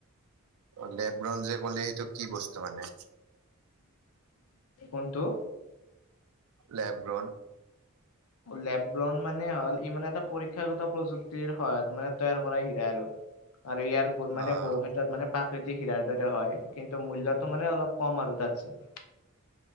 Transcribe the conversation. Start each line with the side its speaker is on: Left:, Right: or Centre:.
Right: লেবগ্ৰঞ্জে কলে সেইটো কি বস্তু মানে?
Left: কোনটো
Right: লেব্ৰন
Left: লেপগ্ৰউণ্ড মানে হ'ল ইানে এটা পৰীক্ষাগত প্ৰযুক্তিৰ সহায়ত মানে তৈয়াৰ কৰা হিৰা আৰু। আৰু ইয়াৰ গুন মানে
Right: অ'
Left: বহু ক্ষেত্ৰত মানে প্ৰাকৃতিক হিৰাৰ দৰে হয় কিন্তু মূল্যতটো মানে অলপ কম আৰু তাতছে।